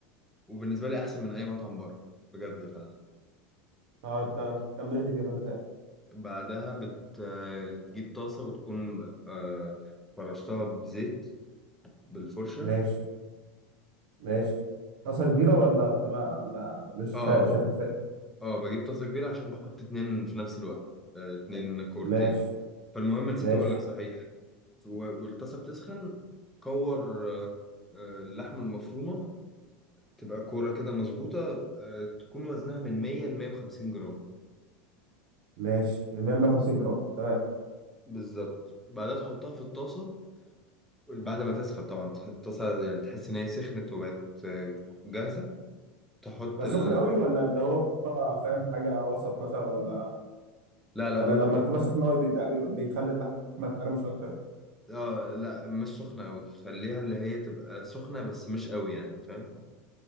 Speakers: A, in the centre; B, on the right.
A: وبالنسبه لي احسن من اي مطعم بره بجد فعلا
B: اه انت كمل لي كده اللي تاني
A: بعدها بت- بتجيب طاسه وتكون آه، فرشتها بزيت بالفرشه
B: ماشي ماشي طاسه كبيره ولا بتبقى ولا مش
A: اه
B: فا... مش هتفرق
A: اه بجيب طاسه كبيره عشان بحط اتنين في نفس الوقت آه، اتنين كورتين
B: ماشي
A: فالمهم نسيت
B: ماشي
A: اقول لك صحيح و- والطاسه بتسخن كور آه، آه، اللحمه المفرومه تبقى كوره كده مظبوطه آه، تكون وزنها من 100 ل 150 جرام
B: ماشي 150 جرام تمام
A: بالظبط بعدها تحطها في الطاسه بعد ما تسخن طبعا الطاسه يعني تحس ان هي سخنت وبقت آه، جاهزه تحط
B: بقى
A: ال...
B: سخنة قوي ولا اللي هو فاهم حاجة وسط مثلا ولا
A: لا لا
B: ولا
A: م-
B: لما تبقى سخنة قوي بيبدأ- بيبقى- بيخلي اللحمة تقرمش أكتر
A: اه لا مش سخنه قوي خليها اللي هي تبقى سخنه بس مش قوي يعني فاهم